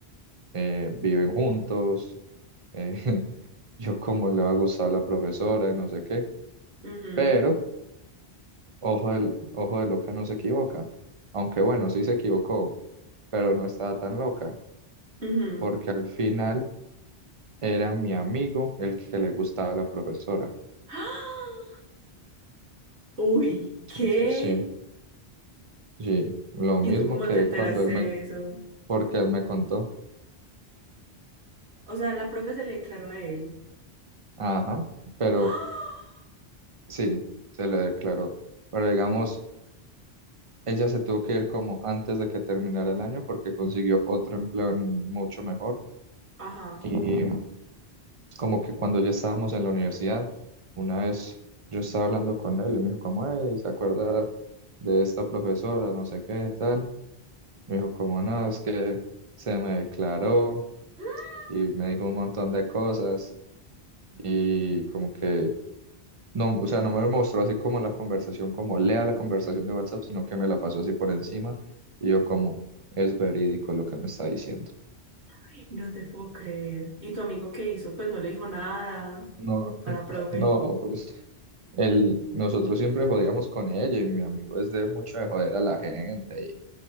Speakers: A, on the right; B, on the right.
A: eh, viven juntos, eh, <laughs> yo como le va a gustar a la profesora y no sé qué.
B: Ujú,
A: Pero ojo del, ojo de loca no se equivoca. Aunque bueno, sí se equivocó, pero no estaba tan loca,
B: ujú.
A: porque al final era mi amigo el que le gustaba a la profesora.
B: ¡Ah! Uy, ¿qué?
A: Sí, sí, sí. Sí, lo
B: ¿Y
A: mismo
B: tú cómo
A: que
B: te enteraste
A: cuando él
B: de
A: me,
B: eso?
A: porque él me contó.
B: O sea, la profe se le declaró a él.
A: Ajá, pero
B: ¡Ah!
A: sí, se le declaró. Pero digamos, ella se tuvo que ir como antes de que terminara el año porque consiguió otro empleo en- mucho mejor.
B: Ajá.
A: Y como que cuando ya estábamos en la universidad, una vez yo estaba hablando con él y me dijo, como, "Ey, ¿se acuerda de esta profesora? No sé qué, tal. Me dijo, como, no, es que se me declaró
B: <gasps>
A: y me dijo un montón de cosas y como que, no, o sea, no me mostró así como la conversación, como lea la conversación de WhatsApp, sino que me la pasó así por encima y yo como, es verídico lo que me está diciendo.
B: Ay, No te puedo creer. ¿Y tu amigo qué hizo? Pues no le dijo nada
A: No,
B: a la profe.
A: No, pues el, nosotros siempre jodíamos con ella y mi amigo es de mucho de joder a la gente y,